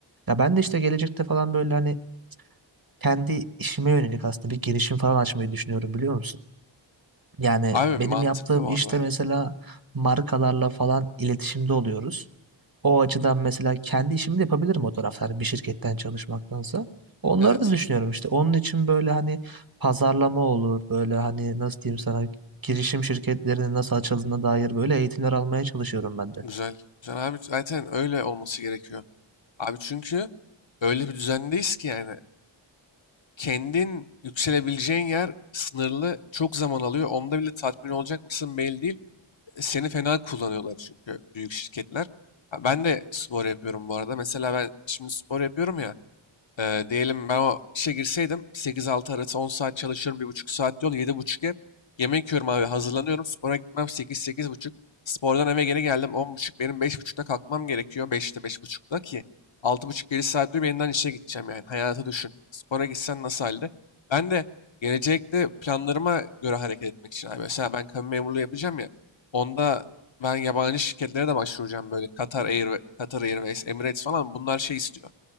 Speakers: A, on the right; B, on the left.
A: Ya ben de işte gelecekte falan böyle hani kendi işime yönelik aslında bir girişim falan açmayı düşünüyorum biliyor musun? Yani
B: Abi
A: benim
B: mantıklı
A: yaptığım
B: bu
A: işte
B: arada ya.
A: mesela markalarla falan iletişimde oluyoruz. O açıdan mesela kendi işimi de yapabilirim o tarafta hani bir şirketten çalışmaktansa. Onları
B: Evet.
A: da düşünüyorum işte. Onun için böyle hani pazarlama olur. Böyle hani nasıl diyeyim sana girişim şirketlerinin nasıl açıldığına dair böyle eğitimler almaya çalışıyorum ben de.
B: Güzel. Güzel abi zaten öyle olması gerekiyor. Abi çünkü öyle bir düzendeyiz ki yani. kendin yükselebileceğin yer sınırlı, çok zaman alıyor. Onda bile tatmin olacak mısın belli değil. e, Seni fena kullanıyorlar çünkü büyük şirketler. Ha, Ben de spor yapıyorum bu arada. Mesela ben şimdi spor yapıyorum ya. Ee, diyelim ben o işe girseydim 8-6 arası 10 saat çalışıyorum bir buçuk saat yol 7,5 ev. Yemek yiyorum abi hazırlanıyorum spora gitmem 8 buçuk Spordan eve geri geldim on buçuk benim beş buçukta kalkmam gerekiyor 5'te buçukta ki altı buçuk 7 saat diyor yeniden işe gideceğim yani hayatı düşün. Spora gitsen nasıl halde? Ben de gelecekte planlarıma göre hareket etmek için abi. Mesela ben kamu memurluğu yapacağım ya onda ben yabancı şirketlere de başvuracağım böyle Qatar Air, Qatar Airways, Emirates falan bunlar şey istiyor